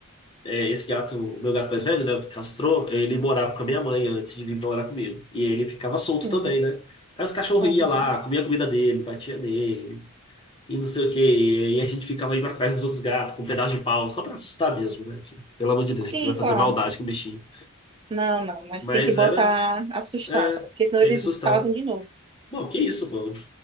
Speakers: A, on the left (about 25°); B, on the right (about 25°).
A: é, esse gato, o meu gato mais velho, né? O que castrou, ele morava com a minha mãe antes de vir morar comigo. E ele ficava solto
B: Sim,
A: também, né? Aí os cachorros
B: uhum.
A: iam lá, comia a comida dele, batia nele, e não sei o quê. E a gente ficava indo atrás dos outros gatos com um pedaço de pau, só pra assustar mesmo, né? Que, pelo amor de Deus,
B: Sim,
A: a gente não vai fazer
B: claro.
A: maldade com o bichinho.
B: Não, não, mas
A: Mas
B: tem que botar,
A: era.
B: assustar,
A: É,
B: porque senão
A: tem
B: eles
A: que assustar.
B: fazem de novo.
A: Não, que isso, pô